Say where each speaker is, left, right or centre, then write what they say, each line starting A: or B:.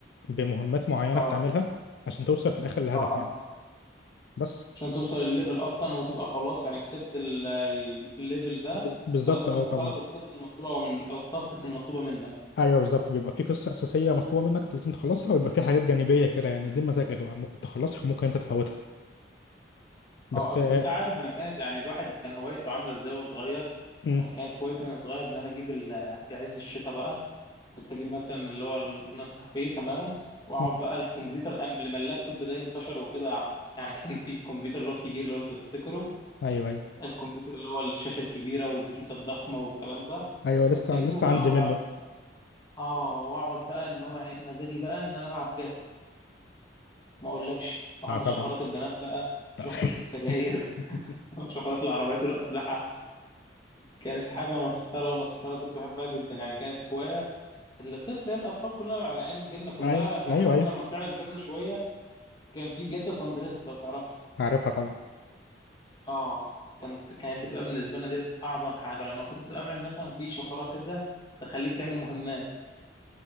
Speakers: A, on the left; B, on the left.
A: بمهمات معينة
B: اه
A: بتعملها عشان توصل في الآخر للهدف
B: اه اه
A: يعني بس
B: عشان توصل الليفل اصلا وتبقى خلاص يعني كسبت ال- ال- الليفل ده
A: بز- بالظبط
B: فلازم
A: اه
B: انت
A: طبعا
B: تخلص القصه المطلوبه او أو التاسكس المطلوبه منك
A: ايوه بالظبط بيبقى في قصة أساسية مطلوبة منك لازم تخلصها ويبقى في حاجات جانبية كده يعني دي مزاجك بقى ممكن تخلصها ممكن انت تفوتها بس
B: اه
A: آه،
B: طب انت عارف انا كانت يعني الواحد كان هوايته عامله ازاي وهو صغير
A: مم،
B: يعني كانت هوايته وانا صغير ان انا اجيب ال- في عز الشتاء بقى كنت اجيب مثلا اللي هو النسكافيه تمام واقعد
A: مم.
B: بقى الكمبيوتر قبل ما اللابتوب ده ينتشر وكده يعني <laughs> كان في الكمبيوتر اللي هو الكبير لو انت تفتكره
A: ايوه ايوه
B: الكمبيوتر اللي هو الشاشه الكبيره والكيسه الضخمه والكلام ده
A: ايوه لسه
B: كنت اجيبه
A: لسه
B: بقى
A: عندي
B: و...
A: منه
B: اه واقعد بقى ان هو يعني مزاجي بقى ان انا العب جات ما اقولكش واعمل
A: اه طبعا
B: شفرات البنات بقى
A: <laughs>
B: شفره السجاير <laughs> شفرات العربيات والاسلحه كانت حاجة مسخرة مسخرة كنت بحبها جدا يعني كانت هواية الطفل الأطفال كلها على أيام جيلنا كلها
A: ايوه
B: لا،
A: ايوه
B: حتى
A: ايوه
B: لما طلعنا كبرنا شوية كان في جاتا ساندريس لو تعرف
A: عارفها طبعا
B: اه كانت كانت بتبقى بالنسبة لنا ديت أعظم حاجة لما كنت تعمل مثلا في شفرات كده تخليك تعمل مهمات